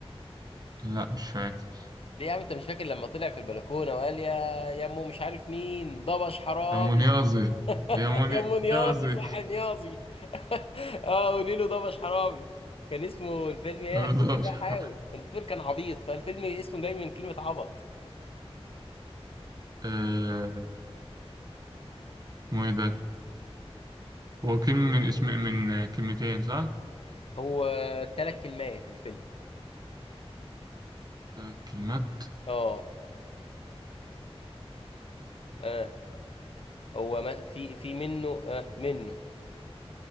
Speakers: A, on the right (about 40°); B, on the left (about 60°).
A: لا مش فاكر
B: ليه يا عم انت مش فاكر لما طلع في البلكونه وقال يا يا امه مش عارف مين ضبش حرامي
A: يا منيازي
B: <laughs>
A: يا منيازي
B: يا امه نيازي صح نيازي <laughs> اه قولي له ضبش حرامي كان اسمه الفيلم ايه
A: <laughs>
B: افتكر
A: مش
B: بقى حاول
A: عارف.
B: انت بتقول كان عبيط فالفيلم اسمه جاي من كلمه عبط
A: آه، اسمه ايه ده؟ هو كلمة من اسم من كلمتين صح؟
B: هو ثلاث كلمات الفيلم
A: آه، كلمات
B: اه اه هو مس- في في منه اه منه